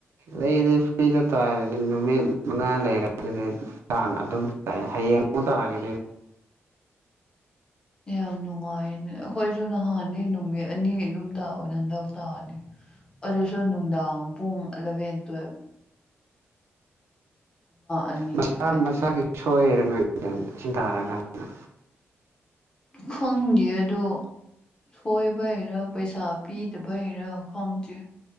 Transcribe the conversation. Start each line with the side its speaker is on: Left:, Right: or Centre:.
Right: ꯂꯩꯗꯤ ꯐ꯭ꯔꯤꯗ ꯇꯥꯔꯗꯤ ꯅꯨꯃꯤꯠ ꯃꯉꯥ ꯂꯩꯔꯒꯗꯤ ꯆ ꯑꯗꯨꯝ ꯆꯥꯏ ꯍꯌꯦꯡ ꯃ ꯇ ꯂꯒꯦ
Left: <inaudible> ꯌꯥꯝ ꯅꯨꯡꯉꯥꯏꯅꯦ ꯑꯩꯈꯣꯏꯁꯨ ꯅꯍꯥꯟꯅꯤ ꯅꯨꯃꯤꯠ ꯑꯅꯤ ꯑꯗꯨꯝ ꯇꯥꯕꯗ ꯍꯟꯗꯛ ꯇꯥꯗꯤ ꯑꯣꯏꯁꯨꯅꯨꯡꯗꯥ ꯄꯨꯡ ꯂꯂꯕꯦꯟ ꯇꯨꯕ ꯑꯅꯤ
Right: ꯃꯁꯥ
Left: ꯑꯗꯨꯋꯥꯏꯗ
Right: ꯃꯁꯥꯒꯤ ꯁꯣꯏꯔ ꯅꯣꯏꯗ ꯁꯤꯟꯊꯔ ꯀꯥꯟꯗꯗ
Left: ꯈꯪꯗꯦ ꯑꯗꯣ ꯁꯣꯏꯕ ꯍꯔ ꯄꯩꯁꯥ ꯄꯤꯗꯕꯩꯔ ꯈꯪꯗꯦ